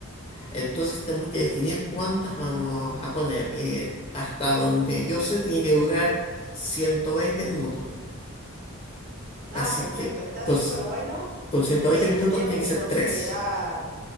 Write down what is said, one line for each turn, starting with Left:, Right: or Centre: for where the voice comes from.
Left: Entonces tenemos que definir cuántas vamos a poner. Eh, hasta donde yo sé, tiene que durar 120 minutos.
Right: No,
Left: Así
Right: perfecto,
Left: que
Right: está
Left: con,
Right: súper bueno.
Left: con 120
Right: Eh,
Left: minutos
Right: tendríamos
Left: tiene
Right: que
Left: que ser
Right: considerar,
Left: tres.